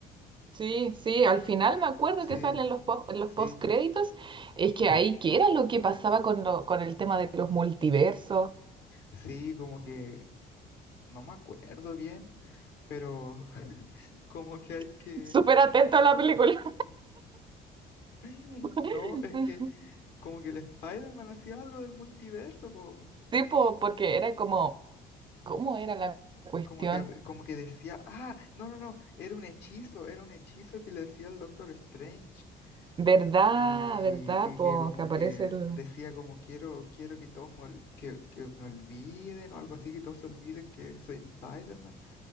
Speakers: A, on the right (about 30°); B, on the left (about 75°).
A: Sí, sí, al final me acuerdo
B: Sí,
A: que salen los post, los
B: sí,
A: postcréditos. Es que ahí que era lo que pasaba con lo, con el tema de los multiversos.
B: sí, como que no me acuerdo bien, pero <laughs> como que hay
A: <laughs>
B: que...
A: Súper atento a la película.
B: <laughs> No,
A: <laughs>
B: es que como que el Spider-Man hacía algo del multiverso, po.
A: Sí, po, porque era como, ¿cómo era la cuestión?
B: como que, hab- como que decía, ah, no, no, no, era un hechizo, era un hechizo que le decía el Doctor Strange
A: ¿Verdad?
B: y,
A: ¿Verdad?
B: y
A: Po,
B: que como
A: que aparece
B: que
A: el...
B: decía como quiero, quiero que todos me, ol- que, que me olviden o algo así, que todos se olviden que soy Spider-Man